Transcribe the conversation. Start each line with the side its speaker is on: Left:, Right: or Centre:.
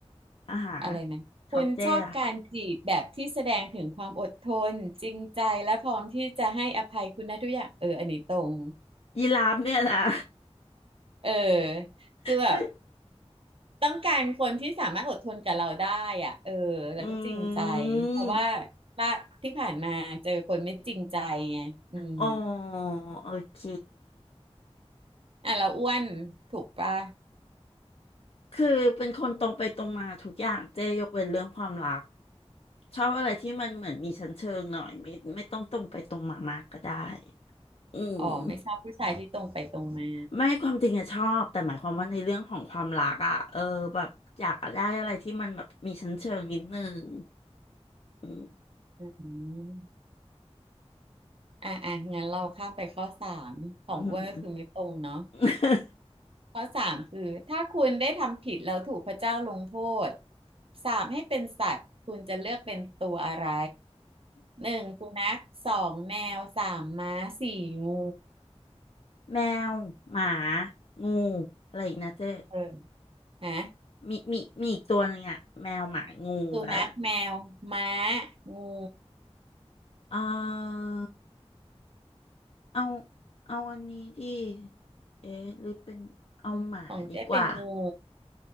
Left: อาหาร
Right: อะไรนะคุณชอบการจีบแบบที่แสดงถึงความอดทนจริงใจและพร้อมที่จะให้อภัยคุณนะทุกอย่างเอออันนี้ตรง
Left: ของเจ๊ล่ะยีราฟเนี่ยนะ
Right: เออคือแบบ
Left: เอ้ย
Right: ต้องการคนที่สามารถอดทนกับเราได้อ่ะเออแล้วก็จริงใจ
Left: อืม
Right: เพราะว่าละที่ผ่านมาเจอคนไม่จริงใจไงอืม
Left: อ๋อโอเค
Right: อ่ะเราอ้วนถูกปะ
Left: คือเป็นคนตรงไปตรงมาทุกอย่าง เจ๊ยกเว้นเรื่องความรัก ชอบอะไรที่มันเหมือนมีชั้นเชิงหน่อยไม่ไม่ต้องตรงไปตรงมามากก็ได้ อืม
Right: อ๋อไม่ชอบผู้ชายที่ตรงไปตรงมา
Left: ไม่ความจริงอะชอบแต่หมายความว่าในเรื่องของความรักอะเออแบบอยากได้อะไรที่มันแบบมีชั้นเชิงนิดนึงอืม
Right: อืมอ่ะอ่ะงั้นเราข้ามไปข้อสามของอ้วนก็คือไม่ตรงเนาะ
Left: <laughs> อืม <laughs>
Right: ข้อสามคือถ้าคุณได้ทำผิดแล้วถูกพระเจ้าลงโทษสาปให้เป็นสัตว์คุณจะเลือกเป็นตัวอะไรหนึ่งสุนัขสองแมวสามม้าสี่งู
Left: แมวหมางูอะไรอีกนะเจ๊
Right: เออนะ
Left: มีมีมีอีกตัวหนึ่งอะแมวหมางูแล้วล่ะ
Right: สุนัขแมวม้างู
Left: เออเอาเอาอันนี้ดิเอ๊ะหรือเป็นเอาหมาดีกว่า
Right: ของเจ๊เป็นงู